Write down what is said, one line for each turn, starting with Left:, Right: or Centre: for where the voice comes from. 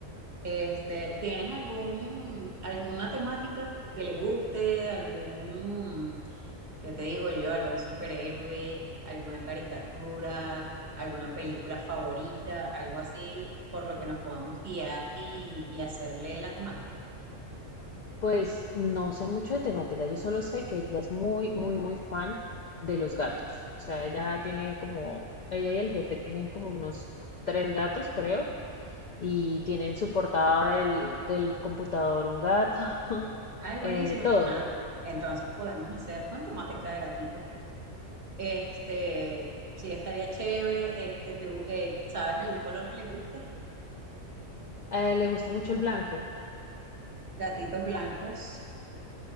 Right: Este, ¿tienes algún, alguna temática que le guste? ¿Algún, qué te digo yo? ¿Algún superhéroe? ¿Alguna caricatura? ¿Alguna película favorita? Algo así por lo que nos podamos guiar y, y hacerle la temática.
Left: Pues no sé mucho de temática, yo solo sé que ella es muy, muy, muy fan de los gatos. O sea, ella tiene como, ella y el jefe tienen como unos tres gatos, creo y tiene en su portada del, del computador un gato, <laughs>
Right: Ay, buenísimo.
Left: eh, todo.
Right: Entonces podemos hacer con temática de gatitos. Este, sí, estaría chévere. Este, te- eh, ¿sabes algún color que le guste?
Left: A él le gusta mucho el blanco.
Right: Gatitos blancos.